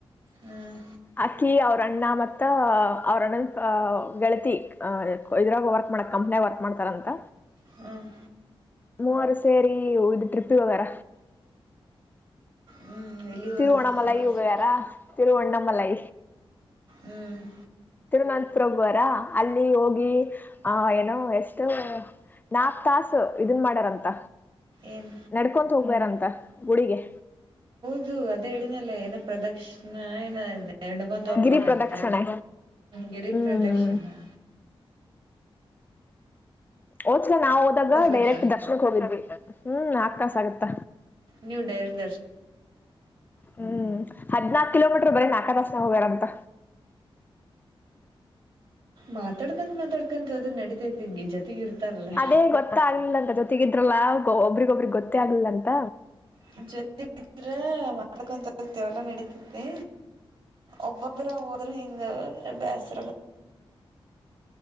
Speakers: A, on the right; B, on the left.
A: ಹ್ಮ್
B: ಅಕ್ಕಿ ಅವ್ರ ಅಣ್ಣಾ ಮತ್ತ ಅವ್ರ ಅಣ್ಣಾ ಗೆಳತಿ ಇದ್ರಾಗ ವರ್ಕ್ ಮಾಡ ಕಂಪ್ನಿ ವರ್ಕ್ ಮಾಡ್ <inaudible> ರಂತ
A: ಹ್ಮ್
B: ಮೂವರು ಸೇರಿ ಇದು ಟ್ರಿಪ್ಪಿ ಓಗ್ಯಾರ.
A: ಹ್ಮ್ ಎಲ್ಲಿ ಹೋದರು
B: ತಿರುವಣಮಲೈ
A: ಪ್ರವಾಸಕ್ಕೆ
B: ಹೋಗವ್ಯಾರ ತಿರುವಣಮಲೈ.
A: ಹ್ಮ್
B: ತಿರುವನಂತಪುರಗುವಾರ ಅಲ್ಲಿ ಹೋಗಿ ಆ ಏನೋ ಎಷ್ಟೋ ನಾಕ್ ತಾಸು ಇದನ್ ಮಾಡ್ಯಾರಂತ.
A: ಏನ್
B: ನಡ್ಕೊ ಹೋಗ್ಬಾರಂತ ಗುಡಿಗೆ.
A: ಇದು ಅದ ಹೇಳಿನಲ್ಲ ಏನ ಪ್ರದ‌‍ಕ್ಷನೆ ಏನ ನಡ್ಕೊ ಹೋಗ್ಬೇಕಂತ.
B: ಗಿರಿ ಪ್ರದಕ್ಷಿಣೆ
A: ಗುಡಿ
B: ಹ್ಮ್
A: ಪ್ರದಕ್ಷಿಣೆ
B: ಹಓಚ್ಗ ನಾವವು ಹೋದಾಗ
A: ಗೊತ್ತಾ
B: ಡೈರೆಕ್ಟ್ ದರ್ಶನಕ್ ಹೋಗಿದ್ವಿ ಹ್ಮ್ ನಾಕ ತಾಸ ಆಗತ್ತ.
A: ನ್ಯೂ ಡೆರೆಕ್ಟ
B: ಹ್ಮ್ ಹದ್ನಾಕು ಕಿಲೋಮೀಟರ್ ಬರೀ ನಾಲ್ಕ ತಾಸಿನಾಗ ಹೋಗ್ಯಾರಂತ
A: ಮಾತಾಡ್ಕ ಮಾತಾಡ್ಕಂತ ಹೋದ್ರ ನಡಿತೈತಿ ಜೊತೆಗಿರ್ತಾರಲ್ಲ.
B: ಅದೇ ಗೊತ್ತ ಆಗ್ಲಿಲ್ಲ <unintelligible> ಆಗ್ಲಿಲ್ಲ ಅಂತ
A: ಇನ್ನ ಜೊತೆಗೆ ಇದ್ರ ಕೊಂತ ಹೋಗತೇವಲ್ಲಾ ನಡತತಿ ಒಬ್ಬೊಬ್ಬರ ಹೋದ್ರ ಹಿಂ ಹಿಂಗ ಬ್ಯಾಸ್